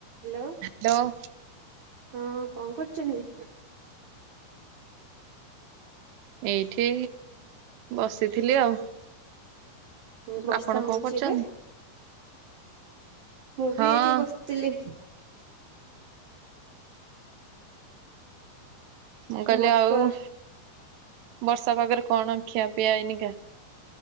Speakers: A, on the right; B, on the right.
A: Hello.
B: Hello
A: ହଁ କଣ କରୁଛନ୍ତି?
B: ଏଇଠି ବସିଥିଲି ଆଉ।
A: ବର୍ଷା
B: ଆପଣ
A: ହଉଛି
B: କଣ କରୁଛନ୍ତି?
A: ଏବେ ମୁଁ
B: ହଁ
A: ବି ଏଇଠି ବସି ତିଲି
B: ମୁଁ କହିଲି
A: ବର୍ଷା
B: ଆଉ ବର୍ଷା ପାଗରେ କଣ ଖିଆ ପିଆ ଏଇନିକା